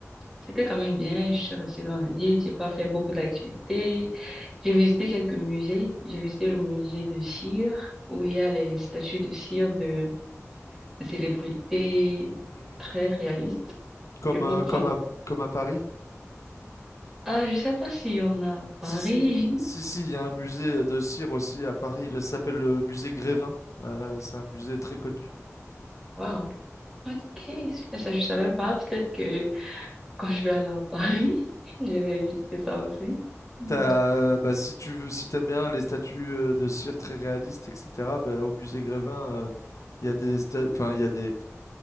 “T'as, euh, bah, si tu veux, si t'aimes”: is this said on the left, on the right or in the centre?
Left